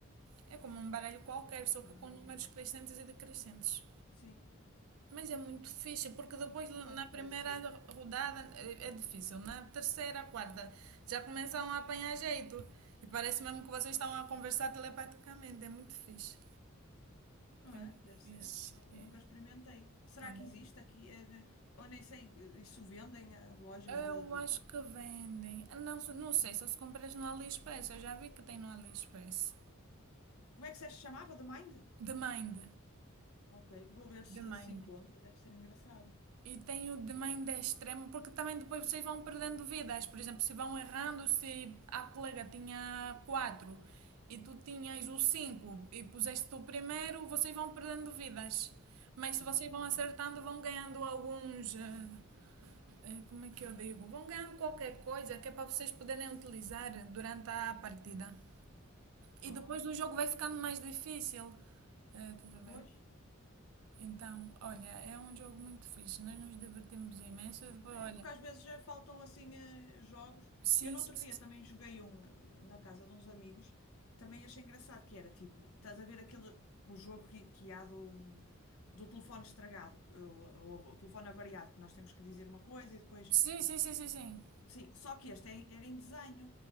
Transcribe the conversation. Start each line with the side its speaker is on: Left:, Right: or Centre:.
Right: É como um baralho qualquer, só que
Left: Ah,
Right: com números crescentes e decrescentes.
Left: sim.
Right: Mas é muito fixe, porque depois
Left: Olha,
Right: na primeira
Left: parece ser
Right: rodada é é difícil, na terceira, quarta, já começam a apanhar jeito. E parece mesmo que vocês estão a conversar telepaticamente, é muito fixe.
Left: Ah,
Right: É muito
Left: é? deve
Right: fixe.
Left: ser. Nu-
Right: É.
Left: Nunca experimentei. Será
Right: Olha,
Left: que existe aqui? Eh, ne- Ou nem sei, eh, isso vendem a lojas de,
Right: Eu
Left: de-
Right: acho que vendem. Ah, Não, se- não sei se as compras no AliExpress. Eu já vi que tem no AliExpress.
Left: Como é que se chamava? The Mind?
Right: De Mind.
Left: Ok, vou ver se
Right: De Mind.
Left: se encontra. Deve ser engraçado.
Right: E tem o de Mind é extremo, porque também depois vocês vão perdendo vidas. Por exemplo, se vão errando, se a colega tinha quatro e tu tinhas o cinco e puseste o primeiro, vocês vão perdendo vidas. Mas se
Left: Ah,
Right: vocês vão acertando, vão ganhando alguns. eh, eh, Como é que eu digo? Vão ganhando qualquer coisa que é para vocês poderem utilizar durante a partida. E
Left: ah,
Right: depois o jogo vai ficando mais difícil. Eh, estás a
Left: pois.
Right: ver? Então, olha, é um jogo muito fixe. Nós nos divertimos imenso. E depois,
Left: É,
Right: olha.
Left: porque às vezes já faltam assim eh, jogos.
Right: Sim,
Left: Eu no
Right: sim,
Left: outro dia
Right: sim.
Left: também joguei um eh, na casa de uns amigos, também achei engraçado que era tipo, estás a ver aquele o jogo que, que há do, hum, do telefone estragado, que- ou, ou- o telefone avariado, que nós temos que dizer uma coisa e depois.
Right: Sim, sim, sim, sim. sim.
Left: Sim, só que este é em- era em desenho